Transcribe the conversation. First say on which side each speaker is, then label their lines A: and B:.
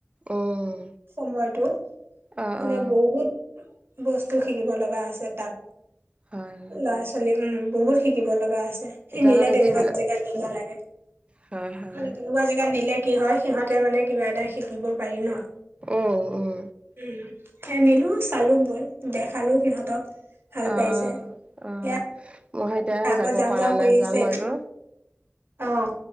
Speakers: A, on the right; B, on the right.
A: উম
B: সময়তো
A: অ
B: মানে
A: অ
B: বহুত বস্তু শিকিব লগা আছে তাত
A: হয়
B: ল'ৰা ছোৱালী উম বহুত শিকিব লগা আছে সি
A: এতিয়ালৈকে
B: নিলে তেনেকোৱা
A: যিবিলাক
B: জেগাত নিব লাগে,
A: হয় হয়
B: মানে তেনেকোৱা জেগাত নিলে কি হয়। সিহঁতে মানে কিবা এটা শিকিব পাৰি ন,
A: উম উম
B: উম। নিলো চালো মই দেখালো সিহঁতক। ভাল
A: অ অ
B: পাইছে।
A: অ।
B: সেয়া
A: মই এতিয়া
B: আকৌ
A: যাব
B: যাওঁ
A: পৰা
B: যাওঁ কৰি
A: নাই যাম
B: আছে।
A: আৰু।
B: অ',